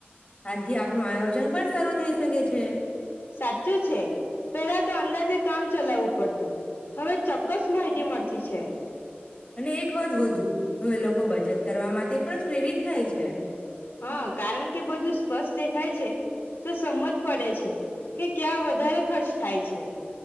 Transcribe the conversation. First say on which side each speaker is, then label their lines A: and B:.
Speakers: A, on the left; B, on the left.
A: આજથી આપનું આયોજન પણ શરૂુ થઈ શકે છે.
B: સાચુ છે, પેલા તો અંદાજે કામ ચલાવવું પડતું, હવે ચોક્કસ માહિતી મળતી છે.
A: અને એક વાત વધુ હવે લોકો બચત કરવા માટે પણ પ્રેરિત થાય છે
B: હા, કારણ કે બધું સ્પષ્ટ દે ખાય છે, તો સમજ પડે છે કે ક્યાં વધારે ખર્ચ થાય છે.